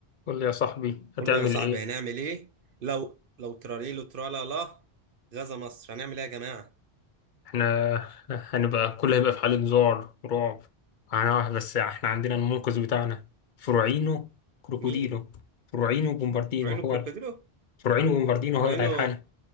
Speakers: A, on the left; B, on the right.
A: قول لي يا صاحبي
B: قول
A: هتعمل
B: لي يا صاحبي
A: ايه
B: هنعمل ايه لو لو تراليلو ترالا لا غزا مصر هنعمل ايه يا جماعة
A: احنا هنبقى كله هيبقى في حالة ذعر ورعب هنروح بس احنا عندنا المنقذ بتاعنا فروعينو كروكوديلو
B: مين
A: فروعينو بومباردينو
B: فراينو
A: هو
B: كروكوديلو
A: ال- فروعينو بومباردينو
B: فراينو
A: هو اللي هيلحقنا